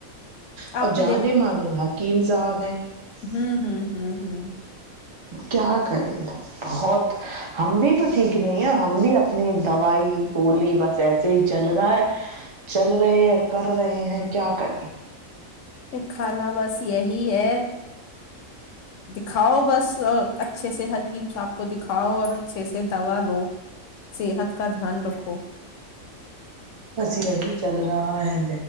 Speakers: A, on the left (about 70°); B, on the right (about 35°).
A: آپ
B: اب
A: <unintelligible>
B: جانے مان حکیم صاحب ہے <unintelligible>
A: ہوں ہ ہ
B: کیا کریں بہت <unintelligible> ہم بھی تو ٹھیک نہیں ہے ہم بھی اپنی دوائی ہولی بس ایسے ہی چل رہا ہے چل رہے ہیں کر رہے ہیں کیا کریں <unintelligible>
A: ایک خالہ بس یہی ہے دکھاؤ بس اور اچھے سے ہر چیزساف <unintelligible> <unintelligible> کو دکھاؤ اور اچھے سے دوا لو صحت کا دھیان رکھو <unintelligible>
B: بس یہی چل رہا ہے